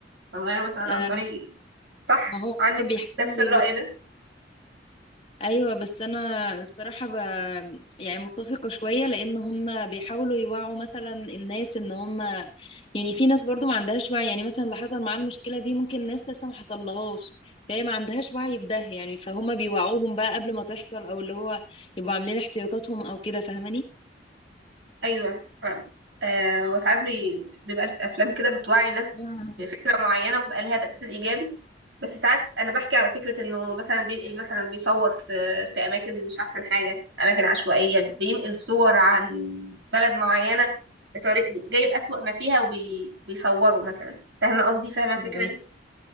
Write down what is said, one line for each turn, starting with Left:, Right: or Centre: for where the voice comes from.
Right: فنغيره مثلا
Left: آه،
Right: عن طريق ال- صح
Left: ما هو
Right: عندك
Left: بيحاول
Right: نفس الرأي ده
Left: ايوه بس انا الصراحه ب... يعني متفقه شويه لان هم بيحاولوا يوعوا مثلا الناس ان هم يعني في ناس برضو ما عندهاش وعي يعني مثلا اللي حصل معاه المشكله دي ممكن ناس لسه ما حصلهاش فهي ما عندهاش وعي بده يعني فهم بيوعوهم بقى قبل ما تحصل او اللي هو يبقوا عاملين احتياطاتهم او كده فاهماني
Right: ايوه فاهم آه وساعات بي... بيبقى في افلام كده بتوعي الناس
Left: آه.
Right: بفكره معينه وبيبقى ليها تاثير ايجابي بس ساعات انا بحكي على فكره انه مثلا بينقل مثلا بيصور في في اماكن مش احسن حاجه اماكن عشوائيه بينقل صور عن بلد معينه بطريق جايب اسوأ ما فيها وبيصوره مثلا فاهمه قصدي فاهمه الفكره
Left: ايوه
Right: دي